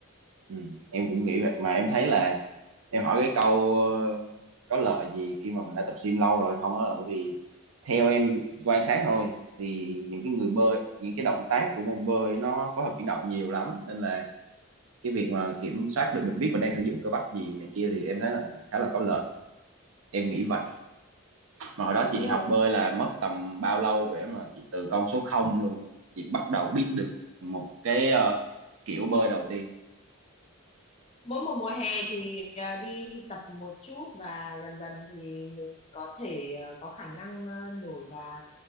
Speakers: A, on the right; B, on the left.
A: Ừ. em cũng nghĩ vậy mà em thấy là em hỏi cái câu ờ, có lợi gì khi mà mình đã tập gym lâu rồi không đó là bởi vì theo em quan sát thôi thì những cái người bơi những cái động tác của môn bơi nó phối hợp chuyển động nhiều lắm nên là cái việc mà kiểm soát được mình biết mình đang sử dụng cơ bắp gì này kia thì em thấy là khá là có lợi em nghĩ vậy mà hồi đó
B: đúng
A: chị
B: rồi
A: học bơi là mất tầm bao lâu để mà chị từ con số không luôn chị bắt đầu biết được một cái ờ, kiểu bơi đầu tiên
B: mỗi một mùa hè thì à, đi tập một chút và dần dần thì mình có thể à, có khả năng à, nổi và